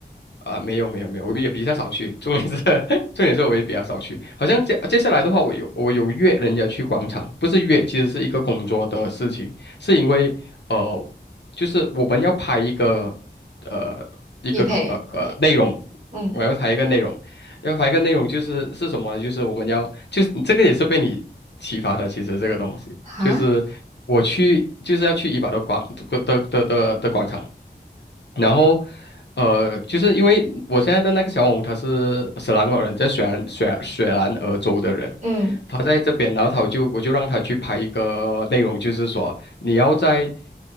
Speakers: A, on the left; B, on the right.
A: 啊、没有没有没有，我也比较少去。重点是 <laughs> 重点是我也比较少去。好像接接下来的话，我有我有约人家去广场，不是约，其实是一个工作的事情，是因为呃，就是我们要拍一个呃一个呃呃内容，
B: 叶佩，嗯，
A: 我要拍一个内容，要拍一个内容就是是什么呢？就是我们要就是这个也是被你启发的，其实这个东西就是我去就是要去怡保的广的的的的的广场。
B: 哈，
A: 然后，呃，就是因为我现在的那个小红，他是斯兰国人，在雪兰雪雪兰莪州的人，
B: 嗯，
A: 他在这边，然后他就我就让他去拍一个内容，就是说你要在，